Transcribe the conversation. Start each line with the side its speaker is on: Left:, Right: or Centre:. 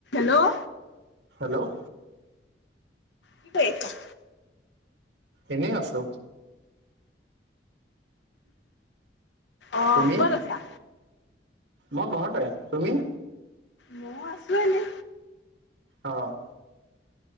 Left: হেল্ল'
Right: হেল্ল'
Left: কি কৰি আছা?
Right: এনেই আছো।
Left: অ'
Right: তুমি
Left: ক'ত আছা।
Right: মই ঘৰতে তুমি।
Left: মই আছো এনে।
Right: অ'